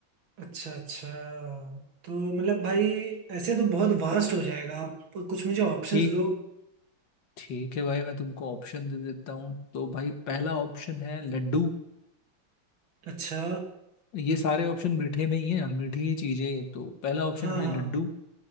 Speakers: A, on the right (about 80°); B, on the left (about 70°).
A: अच्छा अच्छा तो मतलब भाई ऐसे तो बहुत वास्ट हो जाएगा आप कुछ मुझे ऑप्शंस
B: ठीक
A: दो
B: ठीक है भाई मैं तुमको ऑप्शन दे देता हूँ तो भाई पहला ऑप्शन है लड्डू
A: अच्छा
B: ये सारे ऑप्शन मीठे में ही हैं मीठी ही चीजें हैं। तो पहला ऑप्शन
A: हाँ
B: है भाई
A: हाँ
B: लड्डू